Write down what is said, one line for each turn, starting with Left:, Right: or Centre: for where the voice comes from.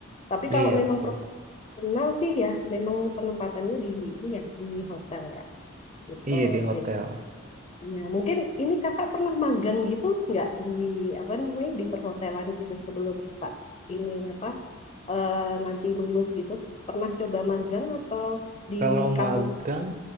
Left: Tapi
Right: iya
Left: kalau memang
Right: betul.
Left: Kenal sih ya, memang penempatannya di ini ya di hotel ya gitu.
Right: Iya di hotel.
Left: Jadi, ya mungkin ini kakak pernah magang gitu nggak di apa namanya di perhotelan gitu sebelum kakak ini apa eh, nanti lulus gitu pernah coba magang atau di
Right: Kalau
Left: kampus?
Right: magang,